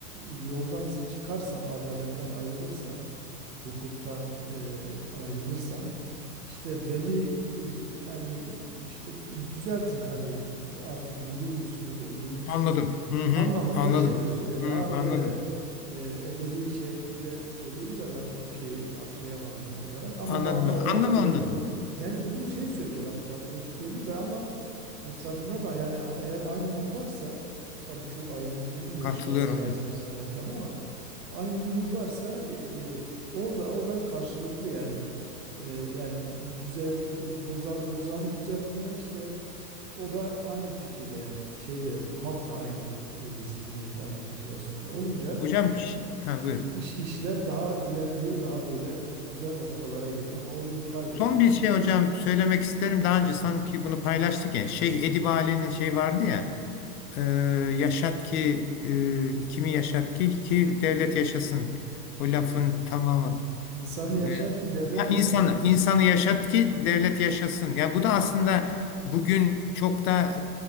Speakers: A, on the right (about 80°); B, on the left (about 65°).
A: yoldan çıkarsam, adaletten ayrılırsam hukuktan e, ayrılırsam işte beni e, yani işte k- düzeltin hani artık vurur musunuz, öldürür müsünüz
B: Anladım. Hı hı.
A: anlamında
B: Anladım.
A: şeyler söylüyor.
B: Hı,
A: Daha
B: anladım.
A: böyle e, edebi şekilde söylüyordu da ben o şeyi hatırlayamadım tam olarak ama
B: Anladım.
A: mana olarak
B: Anlamı
A: böyle.
B: anladım.
A: Yani bunu şey söylüyor bakın baştaki söylüyor ve ama Etrafında da yani a- eğer aynı ruh varsa tabii çok ayrıntılı bilmiyoruz
B: Katılıyorum
A: şahıs şahıs
B: hocam.
A: hepsinin hayatlarını ama aynı bir ruh varsa e, e, o da o da karşılıklı yani E, yani dü- düzel e, boza, bozanı düzeltme işte o da aynı fikirde yani şeyde halk da aynı e, zihniyette aynı motivasyonda olunca
B: Hocam bir şey. Ha, buyurun.
A: iş işler daha ilerliyor daha böyle güzel noktalara geliyor ama o ruh kaybolunca
B: Son bir şey hocam söylemek isterim. Daha
A: evet
B: önce sanki bunu paylaştık ya. Şeyh Edip Ali'nin şey vardı ya. e, yaşat ki e, kimi yaşat ki ki devlet yaşasın. O
A: evet
B: lafın tamamı.
A: insanı
B: E,
A: yaşat ki devlet
B: ha, insanı
A: mi yaşasın?
B: insanı yaşat ki devlet yaşasın. Ya bu da aslında bugün çok da